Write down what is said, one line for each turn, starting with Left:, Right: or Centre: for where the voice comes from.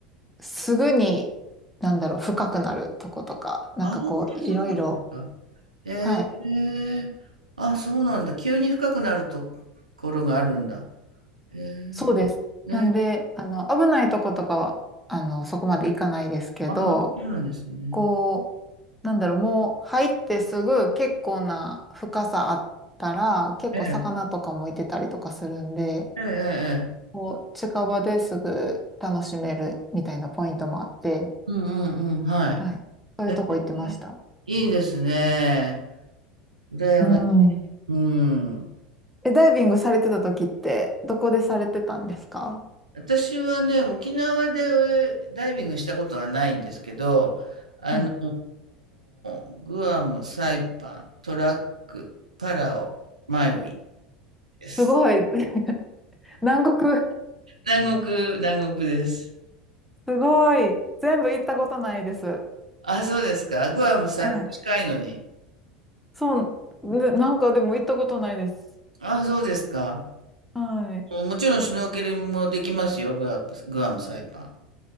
Centre: すぐに、なんだろう、深くなるとことか、なんかこう、
Right: ああ、そうなんです
Centre: いろいろ、
Right: か。え
Centre: はい、
Right: え。あ、そうなんだ。急に深くなるところがあるんだ。ええ。
Centre: そうです。
Right: ね。
Centre: なんで、あの、危ないとことかは、あの、そこまで行かないですけど、
Right: ああ、そうなんですね。
Centre: こう、なんだろう、もう入ってすぐ結構な深さあったら、結構魚とかもいてたりとかするんで、
Right: ええ、ええ、ええ。ええ
Centre: こう、近場ですぐ楽しめるみたいなポイントもあって、
Right: うんうんうん、はい。
Centre: はい。そういうとこ行ってました。
Right: え、いいですね。羨ましい。
Centre: うん。
Right: うん。
Centre: え、ダイビングされてた時って、どこでされてたんですか
Right: 私はね、沖縄でダイビングしたことはないんですけど、あの
Centre: はい。
Right: ーグアム、サイパン、トラック、パラオ、マイウィです。
Centre: すごい。<laughs> 南国。
Right: 南国、南国です。
Centre: すごい。全部行ったことないです。
Right: あ、そうですか。グアム、サイパン近いのに。
Centre: はい。そう、ねなんかでも行ったことないです。
Right: あ、そうですか。
Centre: はい。
Right: もちろんシュノーケリングもできますよ、グアム、グアム、サイパン。